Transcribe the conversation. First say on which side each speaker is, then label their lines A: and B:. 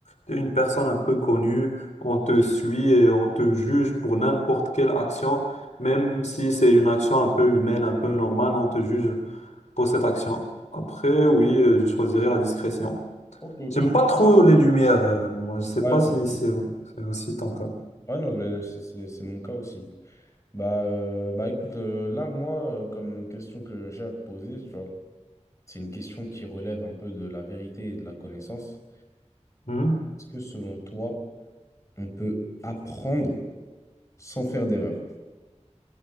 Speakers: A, on the left (about 80°); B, on the left (about 25°).
A: t'es une personne un peu connue, on te suit et on te juge pour n'importe quelle action, même si c'est une action un peu humaine, un peu normale, on te juge pour cette action. Après, oui, euh, je choisirais la discrétion.
B: Ok, ok.
A: J'aime
B: Ouais,
A: pas trop les lumières, euh, moi. Je sais
B: ouais,
A: pas si c'est c'est aussi ton cas.
B: ouais, non, mais c'est c'est- c'est mon cas aussi. Bah, euh, bah écoute, euh, là, moi, euh, comme question que j'ai à te poser, tu vois, c'est une question qui relève un peu de la vérité et de la connaissance.
A: Mhm.
B: Est-ce que selon toi, on peut apprendre sans faire d'erreur.